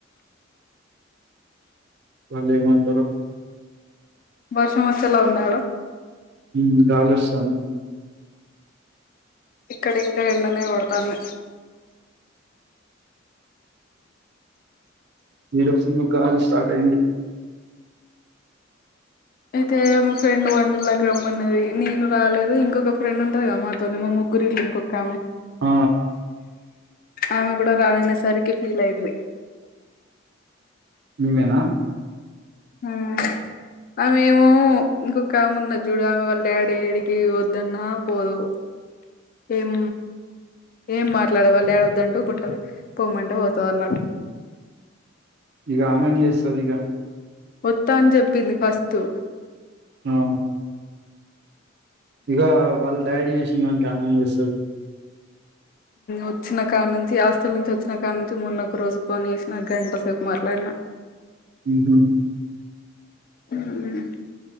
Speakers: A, on the right; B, on the left.
A: వాళ్లేమంటారు
B: వర్షం వచ్చేలా ఉందా ఆడ
A: ఉమ్ గాలి వస్తాంది
B: ఇక్కడ ఇంక ఎండనే కొడతాంది.
A: మీరు ఫుల్ గాలి స్టార్ట్ అయింది
B: అయితే మా ఫ్రెండ్ వండర్లాకి రమ్మన్నది, నేను రాలేదు ఇంకొక ఫ్రెండ్ ఉంటది కద మా తొని మా ముగ్గురిట్ల కింకొక్కామె
A: ఆ
B: ఆమె గుడ రాననేసరికి ఫీల్ అయింది.
A: ఈమెన
B: ఉమ్ ఆమెమో ఇంకొక ఆమున్నది జూడు ఆమె వాళ్ళ డాడీ ఏడికి పోవద్దన్న పోదు. <inaudible> ఏం ఏం మాట్లాడడి వాళ్ళ డాడీ వద్దంటె ఊకుంటది, పోమంటే పోతది అన్నట్టు.
A: ఇగ ఆమెం చేస్తది ఇగ
B: వత్తా అని చెప్పింది ఫస్టు
A: ఉమ్ ఇగ వాళ్ళ డాడి చేసింమంటాండు ఆమెమ్ చేస్తది
B: వచ్చిన కాన్నుంచి హాస్టల్ నుంచి వచ్చిన కాన్నుంచి మన్నొక రోజు ఫోన్ చేసిన గంటసేపు మాట్లాడిన
A: ఉహు
B: ఉమ్